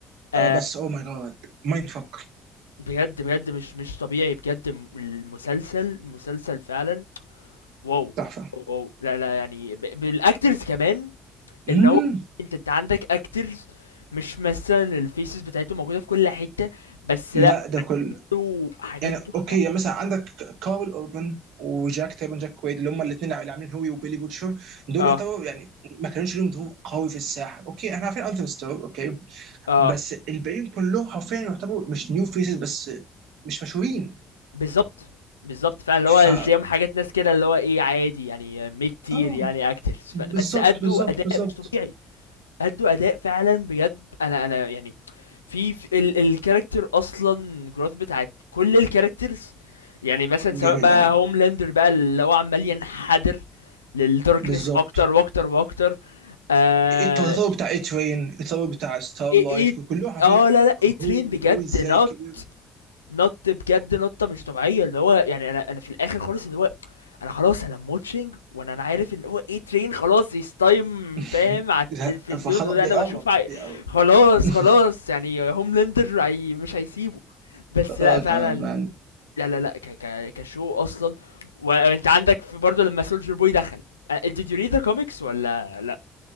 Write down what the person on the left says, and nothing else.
آه
بجد بجد مش مش طبيعي بجد الم- المسلسل مسلسل فعلا واو
واو واو. لا لا يعني ب- بالاكترز كمان
ان هو انت انت عندك اكترز مش مثلا الفيسز بتاعتهم موجوده في كل حته بس
لا
له حاجات
تحفه
اه
اه
بالظبط بالظبط فعلا اللي
هو تلاقيهم حاجات ناس كده اللي هو ايه عادي يعني ميد تير
يعني اكترز ف...
بس ادوا
اداء
مش طبيعي ادوا اداء فعلا بجد انا انا يعني في, في ال... الكاركتر اصلا جروث بتاعت كل الكاركترز يعني مثلا سواء
بقى
هوملاندر بقى اللي هو عمال ينحدر للداركنس
اكتر واكتر واكتر آه
ايه
ايه إيه،
اه لا لا
ايه ترين بجد
نط
نط بجد نطه مش طبيعيه اللي هو يعني انا انا في الاخر خالص اللي هو انا خلاص انا موتشنج وانا انا عارف ان هو ايه ترين خلاص يس تايم
فاهم على
التلفزيون
وده
انا بشوف عي...
خلاص
خلاص يعني هوملاندر عي... مش هيسيبه بس
لا فعلا
لا لا لا ك... ك... كشو اصلا و- وانت عندك في برضه لما سولجر بوي دخل آه، did you read the comics ولا لا